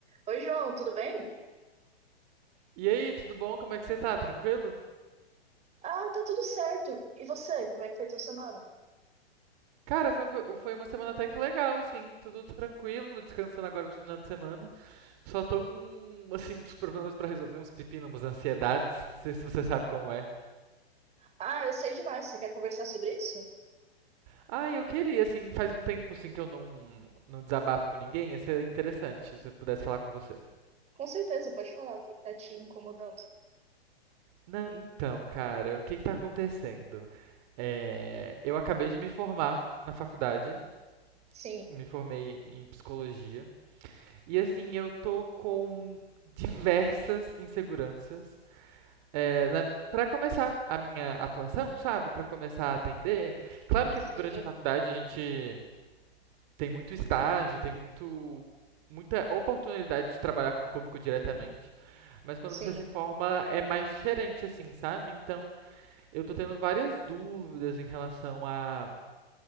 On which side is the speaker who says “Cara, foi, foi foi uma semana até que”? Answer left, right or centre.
Right